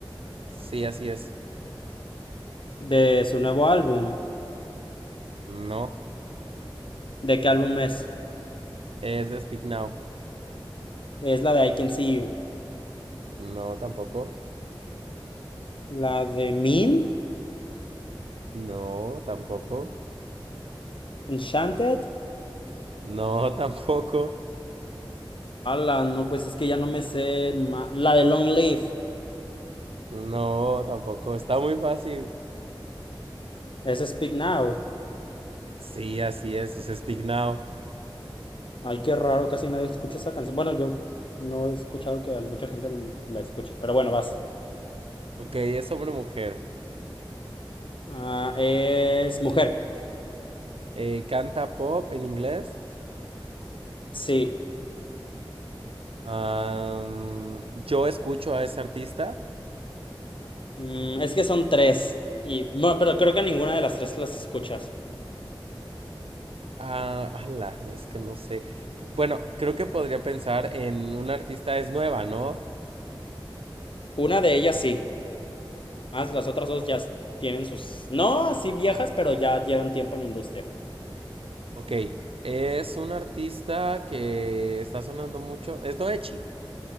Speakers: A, on the right; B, on the left.
A: Sí, así es.
B: de su nuevo álbum.
A: No,
B: ¿De qué álbum es?
A: es de Speak Now.
B: Es la de I Can See You.
A: No, tampoco.
B: La de Mean,
A: No, tampoco.
B: Enchanted.
A: No, <laughs> tampoco.
B: la no, pues es que ya no me sé. La de Long Live,
A: No, tampoco. Está muy fácil.
B: es Speak Now.
A: Sí, así es, es Speak Now.
B: Ay, qué raro, casi nadie escucha esa canción. Bueno, yo no he escuchado que mucha gente la escuche, pero bueno, vas.
A: Ok, es sobre mujer.
B: Ah, es Mujer.
A: Eh, canta pop en inglés.
B: Sí,
A: Am, yo escucho a esa artista.
B: Mm, es que son tres. Y no, pero creo que ninguna de las tres las escuchas.
A: Ah, ala, es que no sé. Bueno, creo que podría pensar en una artista, es nueva, ¿no?
B: Una de ellas sí. Más las otras dos ya s- tienen sus. No, sí viejas, pero ya llevan tiempo en la industria.
A: Ok, es una artista que está sonando mucho. Es Doechi.